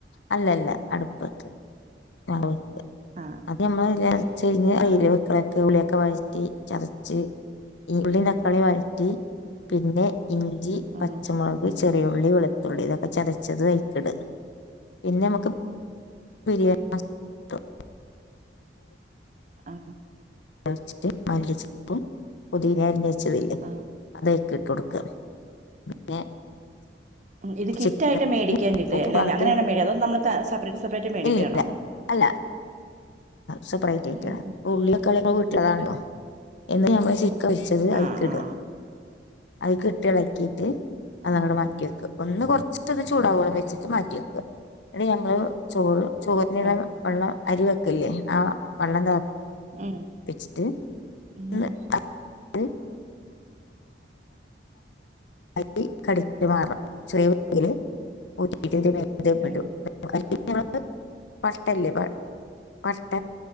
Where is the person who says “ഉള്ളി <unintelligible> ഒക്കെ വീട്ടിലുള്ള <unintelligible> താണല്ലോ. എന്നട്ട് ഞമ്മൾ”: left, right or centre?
Left